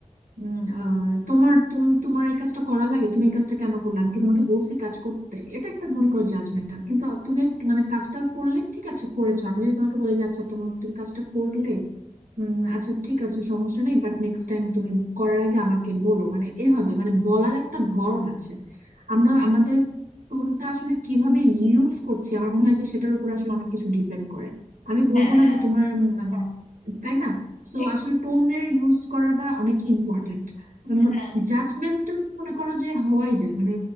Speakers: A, on the right; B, on the left.
A: উম, আহ, তোমার তুমি তোমার এই কাজটা করা লাগে তুমি এই কাজটা কেন করলে আমি কি তোমাকে বলছি কাজ করতে এটা একটা মনে করো জাজমেন্টাল কিন্তু তুমি এক- মানে কাজটা করলে ঠিক আছে করেছো আমি যদি তোমাকে বলি যে আচ্ছা তোমার তুমি কাজটা করলে উম, আচ্ছা ঠিক আছে সমস্যা নেই বাট নেক্সট টাইম তুমি করার আগে আমাকে বলো মানে এভাবে মানে বলার একটা ধরন আছে আমরা আমাদের টোনটা আসলে কিভাবে ইউজ করছি আমার মনে হয় যে সেটার উপর আসলে অনেক কিছু ডিপেন্ড করে আমি বলবো
B: হ্যাঁ
A: না যে তোমার উম, মানে তাই না সো
B: এক-
A: আসলে টোনের ইউজ করাটা অনেক ইম্পর্টেন্ট
B: হ্যাঁ
A: জাজমেন্টাল মনে করো যে হওয়াই যায় মানে